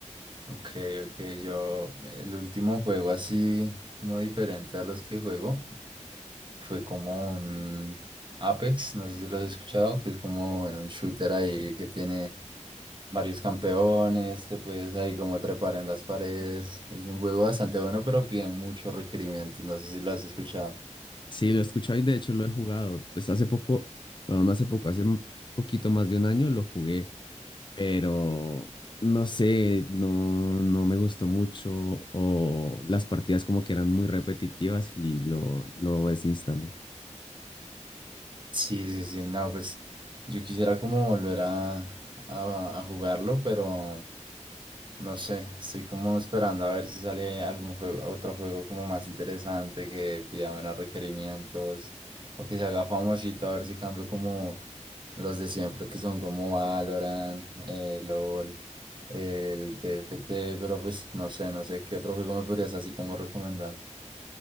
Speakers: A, on the right; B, on the left.
A: ok, ok, yo, el último juego así como diferente a los que juego fue como un Apex, no sé si lo has escuchado, que es como en un shooter ahí que tiene varios campeones, te puedes ahí como trepar en las paredes. Es un juego bastante bueno, pero pide muchos requerimientos. No sé si lo has escuchado.
B: Sí, lo he escuchado y de hecho lo he jugado. Pues hace poco, bueno, no hace poco, hace un poquito más de un año lo jugué, pero no sé, no, no me gustó mucho o las partidas como que eran muy repetitivas y lo, lo desinstalé.
A: Sí, sí, sí, no, pues yo quisiera como volver a, a, a jugarlo, pero No sé, estoy como esperando a ver si sale algún juego, otro juego como más interesante que pida menos requerimientos o que se haga famosito, a ver si cambio como los de siempre que son como Valorant, eh, LOL, el T F T pero pues no sé, no sé qué otro juego me podrías así como recomendar.